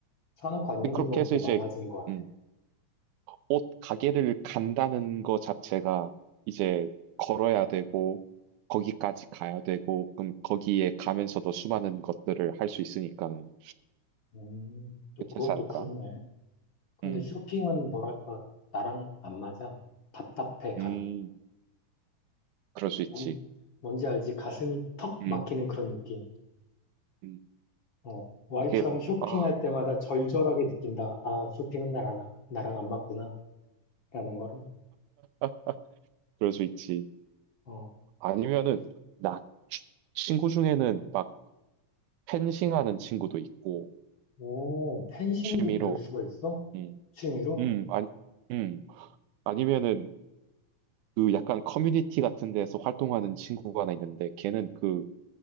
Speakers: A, on the left (about 50°); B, on the right (about 80°).
A: 사놓고 안
B: 근데
A: 입은
B: 그렇게
A: 옷도
B: 해서 이제
A: 많아진 것
B: 음.
A: 같아.
B: 옷 가게를 간다는 거 자체가 이제 걸어야 되고, 거기까지 가야 되고, 그럼 거기에 가면서도 수많은 것들을 할 수 있으니까는
A: 음, 또
B: 괜찮지
A: 그것도
B: 않을까?
A: 그렇네. 근데
B: 음,
A: 쇼핑은 뭐랄까, 나랑 안 맞아. 답답해,
B: 음,
A: 가면.
B: 그럴 수 있지.
A: 뭔, 뭔지 알지? 가슴이 턱
B: 음,
A: 막히는 그런 느낌.
B: 음.
A: 어, 와이프랑
B: 이게,
A: 쇼핑할
B: 아,
A: 때마다 절절하게 느낀다. 아, 쇼핑은 나랑, 나랑 안 맞구나. 라는 거를.
B: <laughs> 그럴 수 있지.
A: 어,
B: 아니면은, 나 치- 친구 중에는 막 펜싱 하는 친구도 있고,
A: 오, 펜싱도
B: 취미로,
A: 배울 수가 있어?
B: 음,
A: 취미로?
B: 음, 아니, 음, 아니면은, 그 약간 커뮤니티 같은 데서 활동하는 친구가 하나 있는데 걔는 그